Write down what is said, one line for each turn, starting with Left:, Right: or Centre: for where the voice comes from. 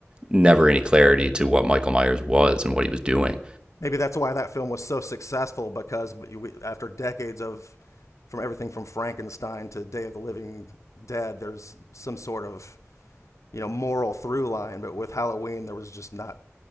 Right: never any clarity to what Michael Myers was and what he was doing.
Left: maybe that's why that film was so successful because we, after decades of from everything from Frankenstein to Day of the Living Dead, there's some sort of you know moral through line. But with Halloween, there was just not